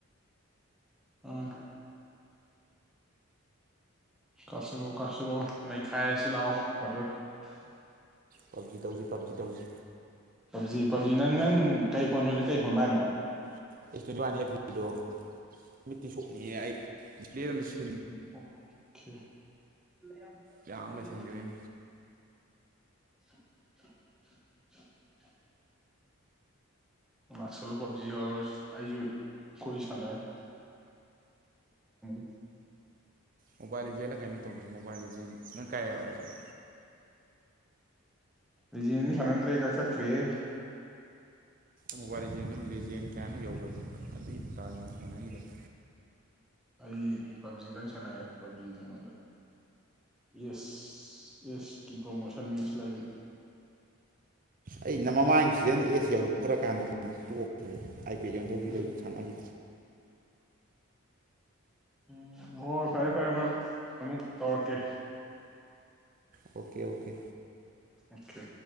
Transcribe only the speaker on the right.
ꯄꯞꯖꯤ ꯇꯧꯁꯤ ꯄꯞꯖꯤ ꯇꯧꯁꯤ
ꯑꯦꯁ ꯇꯣꯏꯇꯤꯋꯥꯟ <unintelligible> ꯗꯣ ꯃꯤꯠꯇꯤ ꯁꯣꯛꯅꯤꯍꯦ ꯑꯩ <unintelligible>
ꯌꯥꯝ ꯂꯩꯁꯟꯈ꯭ꯔꯦꯅꯦ
ꯃꯣꯕꯤꯂꯦ ꯂꯤꯆꯦꯟ ꯂꯥ ꯀꯩꯅꯣꯝ ꯇꯧꯁꯤ ꯃꯤꯕꯤꯂꯦ ꯂꯤꯆꯦꯟ ꯅꯪ ꯀꯌꯥ ꯌꯧꯔꯒꯦ
ꯃꯣꯕꯥꯜ ꯂꯤꯆꯦꯟ ꯂꯤꯆꯦꯟ ꯀꯌꯥꯅꯣ ꯑꯝ ꯌꯧꯒꯔ꯭ꯃꯤ ꯑꯗꯩꯩ ꯇꯟꯗ ꯁꯅꯒꯤꯗꯔ꯭ꯦ
ꯑꯩꯅꯥ ꯃꯃꯥꯪ ꯁꯦꯥꯁꯣꯟꯗ ꯑꯦꯁ ꯌꯧꯗꯧꯔꯛ ꯀꯟꯗ ꯑꯗꯨꯝ ꯇꯣꯛ ꯈꯔ꯭ꯦ ꯀꯩꯁꯥꯝꯊꯣꯡꯒꯤꯗꯣ
ꯁꯥꯟꯅꯔꯤ
ꯑꯣꯀꯦ ꯑꯣꯀꯦ